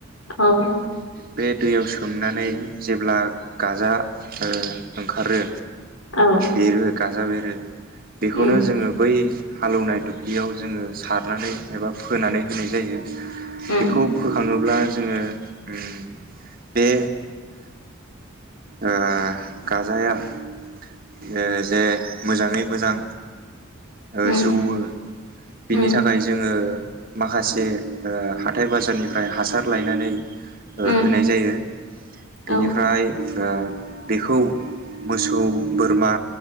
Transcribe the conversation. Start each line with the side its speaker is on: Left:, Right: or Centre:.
Left: औ
Right: ओ बे दैयाव सोमनानै जेब्ला गाजा ओ ओंखारो
Left: औ
Right: बेरो गाजा बेरो बेखौनो
Left: उम
Right: जोङो बै हालौनाय दुब्लियाव जोङो सारनानै एबा फोनानै होनाय जायो
Left: उम
Right: बेखौ फोखाङोब्ला जोङो उम बे ओ गाजाया ओ जे मोजाङै मोजां ओ
Left: उम
Right: जौवो बिनि
Left: उम
Right: थाखाय जोङो माखासे ओ हाथाइ बाजारनिफ्राय हासार लायनानै ओ
Left: उम
Right: होनाय जायो बेनिफ्राय
Left: औ
Right: ओ बेखौ मोसौ बोरमा